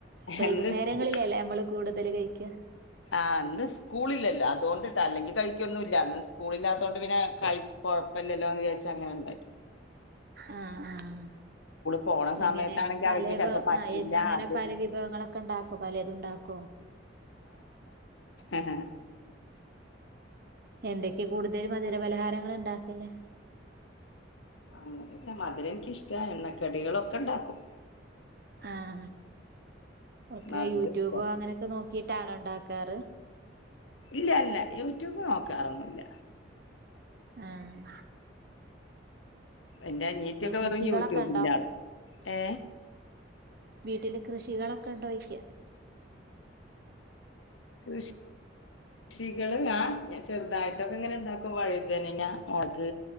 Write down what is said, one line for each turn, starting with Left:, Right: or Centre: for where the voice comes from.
Right: വൈകുന്നേരങ്ങളില
Left: ഇന്ന് സ്കൂ
Right: അല്ലേ നമ്മള് കൂടുതൽ കഴിക്കുക
Left: ആഹ് അന്ന് സ്കൂള ഇില്ലല്ലോ അതുകൊണ്ടിട്ടാ അല്ലെങ്കി കഴിക്കൊന്നും ഇല്ല അന്ന് സ്കൂള ഇില്ലാത്തോണ്ട് പിന്നെ കഴ കൊഴപ്പില്ലല്ലോ എന്ന് വിചാരിച്ച അങ്ങനെ ഉണ്ടാക്കി
Right: ആഹ ആഹ
Left: പോണ സമയത്താണെങ്കി
Right: എങ്ങനെ പല
Left: അവർക്ക് ചെലപ്പോ പറ്റില്ല
Right: ആ എന്ന എങ്ങനെ
Left: അത്
Right: പല വിഭവങ്ങളൊക്കെ ഉണ്ടാക്കോ പല ഇതുണ്ടാക്കോ
Left: ആഹ ഹ
Right: എന്തൊക്കെയ കൂടുതൽ മധുരപലഹാരങ്ങൾ ഉണ്ടാകുന്നെ
Left: അങ്ങനെയല്ല മധുരം എനിക്കിഷ്ട എണ്ണക്കടികളൊക്കെ ഉണ്ടാക്കും
Right: ആഹ ഓക്കെ
Left: മധുരം
Right: യൂട്യൂബോ
Left: ഇഷ്ടാ
Right: അങ്ങനെയൊക്കെ നോക്കി ക്കിട്ടാണ് ഉണ്ടാക്കാറ്
Left: ഇല്ല ഇല്ല യൂട്യൂബ് നോക്കാറൊന്നുല്ല
Right: ആഹ
Left: എന്റെ അനിയറ്റൊക്കെ
Right: കൃഷികളൊക്കെ
Left: പറങ്ങ യൂട്യൂബിന്റെ
Right: ഉണ്ടോ
Left: ആള ഏ
Right: വീട്ടില് കൃഷികളൊക്കെ ഉണ്ടോന്നു ചോദിച്ചതാ
Left: കൃഷി കൃഷികള് ആ ചെറുതായിട്ടൊക്കെ ഇങ്ങനെ ഇണ്ടാക്കും വഴുതനങ്ങ മുളക്